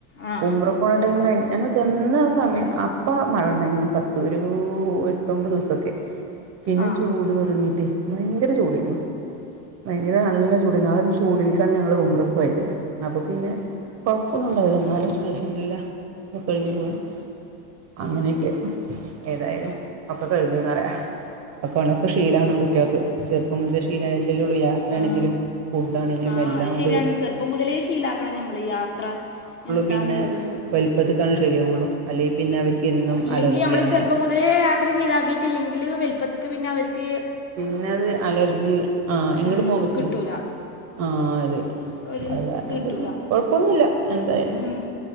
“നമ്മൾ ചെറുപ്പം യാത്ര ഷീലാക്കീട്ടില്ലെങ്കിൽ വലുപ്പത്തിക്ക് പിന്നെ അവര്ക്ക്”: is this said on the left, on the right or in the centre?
Left